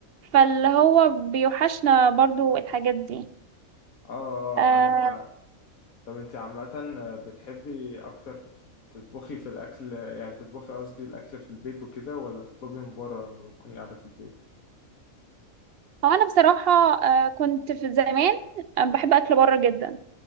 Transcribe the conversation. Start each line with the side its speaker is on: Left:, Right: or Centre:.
Right: فاللي هو بيوحشنا برضو الحاجات دي
Left: اه اه
Right: آه،
Left: آه، عندك حق طب انت عامة آه، بتحبي اكتر تطبخي في الاكل يعني تطبخي قصدي الاكل في البيت وكده ولا تطلبي من بره لما بتكوني قاعدة في البيت
Right: هو انا بصراحة آه، كنت في زمان آه، بحب اكل بره جدا